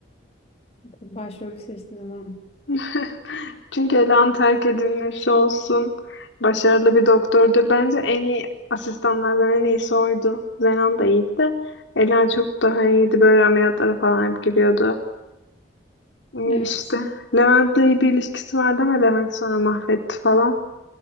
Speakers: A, on the left; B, on the left.
A: Başrolü seçtin ama.
B: <laughs> Çünkü Ela'nın terk edilmesi olsun. Başarılı bir doktordu. Bence en iyi asistanlardan en iyisi oydu. Zenan da iyiydi de. Ela çok daha iyiydi. Böyle ameliyatlara falan hep giriyordu. Hmm,
A: Evet.
B: İşte Levent'le iyi bir ilişkisi vardı ama Levent sonra mahvetti falan.